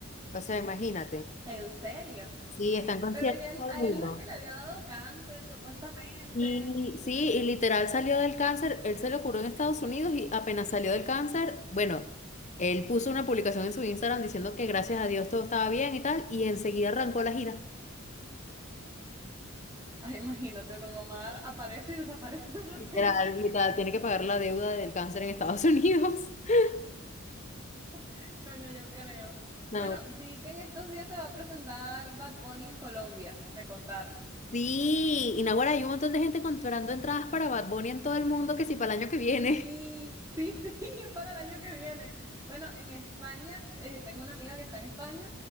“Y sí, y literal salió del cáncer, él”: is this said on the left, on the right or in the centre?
Left